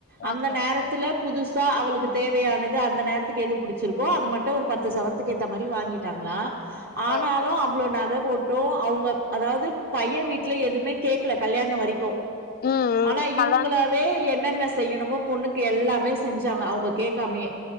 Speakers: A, on the right (about 50°); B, on the left (about 45°).
A: அந்த
B: ஓகே
A: நேரத்துல
B: ஓகே
A: புதுசா அவளுக்கு தேவையானது அந்த நேரத்துக்கு எது புடிச்சிருக்கோ அது மட்டு ஒரு பத்து
B: ம்
A: சவரத்துக்கு ஏத்த மாறி வாங்கிட்டாங்களா ஆனாலு
B: ஓகே
A: அவ்ளோ நகை போட் டோ அவங்க அதாவது பையே வீட்ல எதுவுமே கேக்கல கல்யாணோ வரிக்கு
B: ம் ம்
A: ஆனா இப்
B: கல்யாண்
A: இவங்களாவே என்னென்ன செய்யணுமோ பொண்ணுக்கு எல்லாமே செஞ்சாங்க அவங்க கேட்காமயே